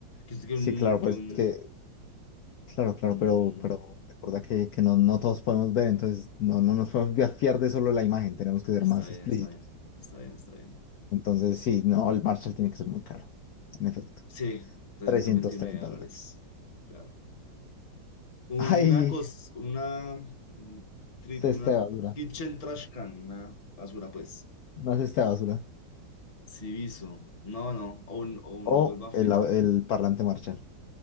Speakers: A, on the left; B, on the left.
A: Que, que
B: Sí,
A: un,
B: claro, pues
A: que un,
B: es que Claro, claro,
A: mm,
B: pero, pero recuerda que, que no, no todos podemos ver, entonces no, no nos podemos via- fiar de solo la imagen, tenemos que ser
A: Está
B: más
A: bien,
B: explícitos.
A: está bien. Está bien, está bien.
B: Entonces, sí, no, el Marshall tiene que ser muy caro, en efecto.
A: Sí, trescientos
B: trescientos
A: veintinueve
B: treinta
A: dólares.
B: dólares.
A: Claro. Una
B: <laughs> Ay,
A: cos... Una... mm, tri-
B: cesta
A: Una
B: de basura,
A: kitchen trash can. Una basura, pues.
B: una cesta de basura.
A: Civiso. No, no. O, un, o, un,
B: O
A: o el bafle.
B: el, au- el parlante Marshall.